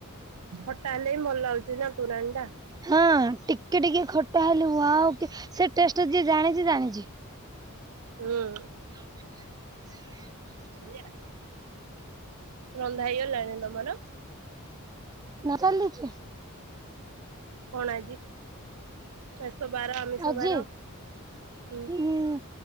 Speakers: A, on the right; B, on the right.
A: ଖଟା ହେଲେ ହିଁ ଭଲ ଲାଗୁଛି ନା ତୁରାଣି ଟା।
B: ହଁ ଟିକେ ଟିକେ ଖଟା ହେଲେ ଉଆଓ ସେ ଟେଷ୍ଟ ଯିଏ ଜାଣିଛି ଜାଣିଛି।
A: ହୁଁ।
B: <inaudible> <inaudible>
A: ସେଇୟା ରନ୍ଧା ହେଇଗଲାଣି ତମର?
B: ନା ଚାଲିଛି।
A: କଣ ଆଜି ଶେଷ ବାର ଆମିଷ
B: ଆଜି
A: ବାର ହୁଁ।
B: ଉଁ